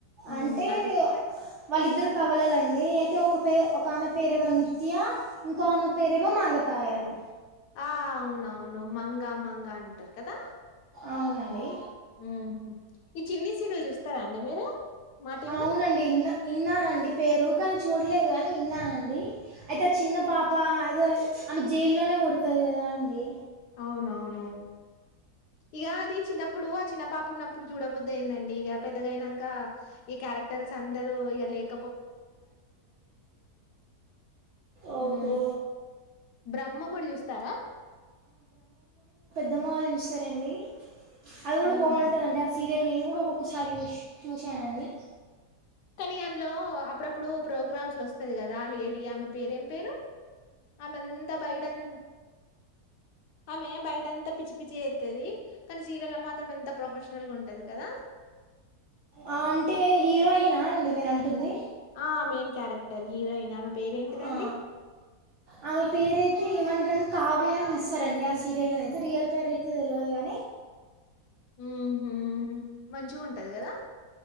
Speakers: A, on the left; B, on the right.
A: ఉమ్,
B: అంటే
A: అది
B: వాళ్ళిద్దరి కవలలండి అయితే ఒక పేరు ఒక ఆమె పేరేమో నిత్య ఇంకో ఆమె పేరేమో మంగతాయారు
A: ఆ అవునవును మంగ మ్మంగా అంటారు కదా
B: అవునండి
A: అ ఈ చిన్ని సీరియల్ చూస్తారా అండి మీరు మా టీవీలో
B: అవునండి ఇన్న ఇన్నానండి పేరు కానీ చూడలేదు కాని విన్నానండి అయితే ఆ చిన్న పాప అయిదో ఆమె జైల్లోనే పుడుతది కదా అండి
A: అవునవునువును ఇక అది చిన్నప్పుడు ఆ చిన్న పాపు ఉన్నప్పుడు చూడబొద్దుయిందండి ఇక పెద్దగాయినాక ఈ క్యారెక్టర్స్ అందరుూ ఇక లేక
B: ఓహో
A: ఉమ్. బ్రహ్మముడి చూస్తారా
B: పెద్దమ్మా వాళ్ళు చూస్తారండి అది కూడా
A: ఉమ్.
B: బావుంటదండి ఆ సీ ఇ నేను కూడా ఒక్కొక్కసారి చూసి చూశానండి
A: కానీ అందులో అప్పుడప్పుడు ప్రోగ్రామ్స్ వస్తుది కదా ఆ లేడి ఆమె పేరు ఏం పేరు ఆమె ఎంత బైడన్ ఆమె బయట అంత పిచ్చి చేతది కానీ చీరలు మాత్రం ఎంత ప్రొఫెషనల్ గా ఉంటది కదా
B: ఆ అంటే హీరోయినా అండి మీరు అంటుంది
A: ఆ మెయిన్ క్యారెక్టర్ హీరోయిన్ ఆమె పేరేంటిదండి
B: ఆ ఆమె పేరైతే ఏమంటారని కావ్య అని పిలుస్తారు అండి ఆ సీరియల్ లో అయితే రియల్ పేర్ అయితే తెలివదు కానీ
A: ఉ హు మంచిగా ఉంటది కదా